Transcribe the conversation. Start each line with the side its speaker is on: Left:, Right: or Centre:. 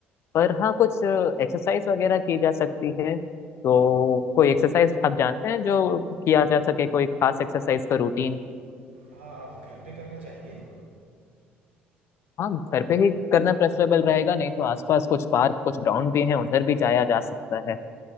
Left: पर हाँ कुछ एक्सरसाइज वगैरह की जा सकती है तो कोई एक्सरसाइज आप जानते हैं जो किया जा सके कोई खास एक्सरसाइज का रूटीन
Right: हाँ आप घर पे करना चाहेंगे
Left: हाँ घर पे ही करना प्रेफरेबल रहेगा नहीं तो आसपास कुछ पार्क कुछ ग्राउंड भी हैं उधर भी जाया जा सकता है